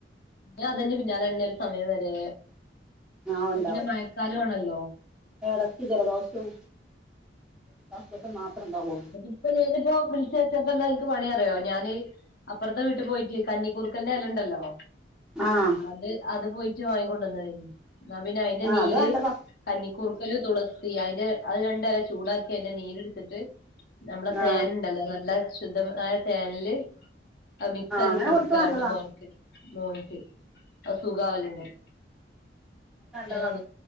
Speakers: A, on the left; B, in the centre.
A: ഞാൻ അതിന്റെ പിന്നാലെന്നെ ഒരു സമയം വരെ
B: ആ
A: ഇപ്പൊ
B: ഉണ്ടാവും
A: പിന്നെ മഴക്കാലു ആണല്ലോ
B: ഇടക്ക് ജലദോഷവും കഫക്കെട്ട് മാത്രം ഉണ്ടാവോ
A: ഇപ്പൊ ഞാനിപ്പോ വിളിച്ച് വെച്ചപ്പോ എനിക്ക് പണി അറിയാവോ ഞാന് അപ്പറത്തെ വീട്ടു പോയിട്ട് കന്നിക്കൂർക്കെന്റെ എലണ്ടല്ലോ
B: ആഹ്
A: അത് അത് പോയിട്ട് വാങ്ങിക്കൊണ്ട് വന്ന് എന്നാ പിന്നെ അതിന്റെ
B: ആ
A: നീര്
B: അത് നല്ലതാ
A: കന്നിക്കൂർക്കല് തുളസി അതിന്റെ അത് രണ്ടല ചൂടാക്കി അതിന്റെ നീരെടുത്തിട്ട് നമ്മള
B: ആ
A: തേൻ ഉണ്ടല്ലോ നല്ല ശുദ്ധമായ തേനില് ആ മിക്സാക്കീട്ട്
B: അങ്ങനെ
A: കൊടുക്കല
B: കൊടുത്തത് നല്ലതാ
A: അവിടെ മോനിക്ക് മോനിക്ക് അത് സുഗാവലുണ്ട്
B: നല്ലതാ
A: അത്